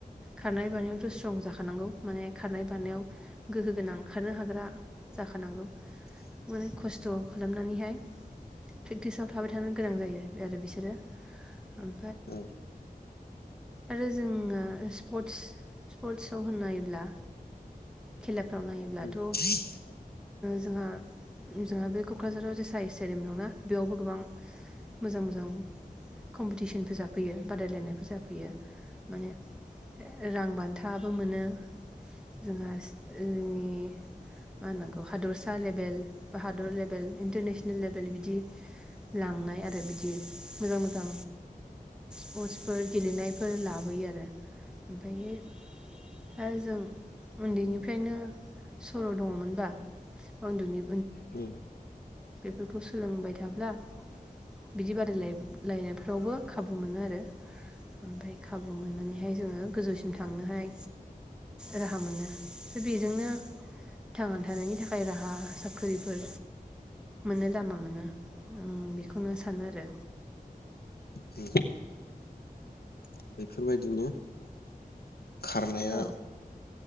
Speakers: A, in the centre; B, on the left (about 80°).
A: खारनाय बानायावथ' स्ट्रं जाखानांगौ माने खारनाय बानायाव गोहोगोनां खारनो हाग्रा जाखानांगौ मोने खस्थ' खालामनानैहाय प्रेकटिसाव थाबाय थानो गोनां जायो। आरो बिसोरो ओम
B: औ
A: आरो जोङो स्पर्टस स्पर्टसआव होननायोब्ला खेला फ्राव नायोब्लाथ'
B: बेफोरबायदिनो
A: ओ जोंहा जोंहा बे कक्राझाराव जे साइ स्टेडिय दंना। बेयावबो गोबां मोजां मोजां कमपिटिसनफोर जाफैयो बादायलायनायफोर जाफैयो माने रां बान्था नाबो मोनो जोंहा जोंनि मा होननांगौ हादरसा लेभेल बा हादर लेभेल इन्टारनेसनेल लेभेल बिदि लांनाय आरो बिदि मोजां मोजां स्पर्टसफोर गेलेनायफोर लाबोयो आरो ओमफ्रायो आरो जों उन्दैनिफ्रायनो सर' दङमोनबा उनदुनि
B: उम
A: बेफोरखौ सोलोंबाय थाब्ला बिदि बादायलायलायनायफ्रावबो खाबु मोनो आरो ओमफ्राय खाबु मोननानैहाय जोङो गोजौसि थांनोहाय राहा मोनो बेजोंनो थांना थानायनि थाखाय राहा साख्रिफोर मोनो लामा मोनो बेखौनो सानो आरो
B: ओमफ्राय बेफोरबायदिनो खारनाया
A: औ